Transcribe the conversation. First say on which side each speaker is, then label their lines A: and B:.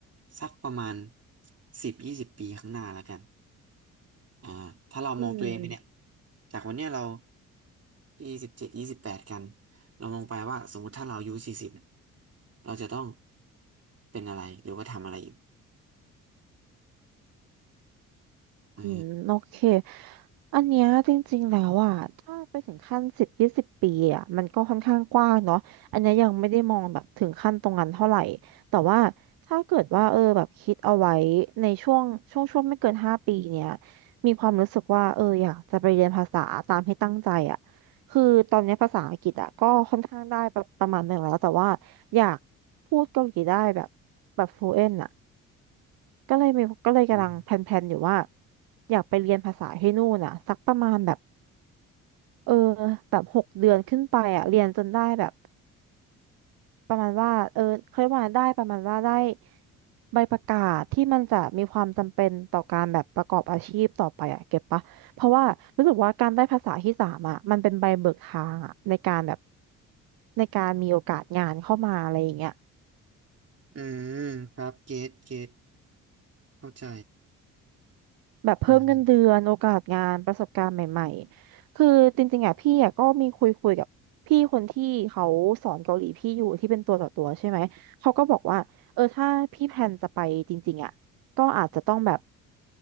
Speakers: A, on the right; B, on the right.
A: สักประมาณสิบยี่สิบปีข้างหน้าแล้วกัน อ่าถ้าเรามองตัวเองไปเนี่ย
B: อืม
A: จากวันเนี้ยเรายี่สิบเจ็ดยี่สิบแปดกันเรามองไปว่าสมมติถ้าเราอายุสี่สิบเนี่ยเราจะต้องเป็นอะไรหรือว่าทำอะไรอีกออ
B: อืมโอเคอันเนี้ยจริงๆ แล้วอ่ะ ถ้าไปถึงขั้นสิบยี่สิบปีอ่ะมันก็ค่อนข้างกว้างเนาะอันเนี้ยยังไม่ได้มองแบบถึงขั้นตรงนั้นเท่าไหร่ แต่ว่าถ้าเกิดว่าเออแบบคิดเอาไว้ในช่วงช่วงช่วงไม่เกินห้าปีเนี้ย มีความรู้สึกว่าเอออยากจะไปเรียนภาษาตามที่ตั้งใจอ่ะคือตอนเนี้ยภาษาอังกฤษอ่ะก็ค่อนข้างได้ประประมาณหนึ่งแล้วแต่ว่าอยากพูดเกาหลีได้แบบแบบ fluent อ่ะ ก็เลยมีก็เลยกำลังแพลนๆอยู่ว่า
A: อืม
B: อยากไปเรียนภาษาให้นู่นอ่ะสักประมาณแบบเออแบบหกเดือนขึ้นไปอ่ะเรียนจนได้แบบประมาณว่าเออเขาเรียกว่าได้ประมาณว่าได้ใบประกาศที่มันจะมีความจำเป็นต่อการแบบประกอบอาชีพต่อไปอ่ะเก็บปะเพราะว่ารู้สึกว่าการได้ภาษาที่สามอ่ะมันเป็นใบเบิกทางอ่ะในการแบบในการมีโอกาสงานเข้ามาอะไรอย่างเงี้ย
A: อืมครับเกตเกตเข้าใจ
B: แบบเพิ่มเงินเดือนโอกาสงานประสบการณ์ใหม่ๆ
A: อืม
B: คือจริงๆอ่ะพี่อ่ะก็มีคุยคุยกับพี่คนที่เขาสอนเกาหลีพี่อยู่ที่เป็นตัวต่อตัวใช่ไหม เขาก็บอกว่าเออถ้าพี่แพลนจะไปจริงๆอ่ะก็อาจจะต้องแบบ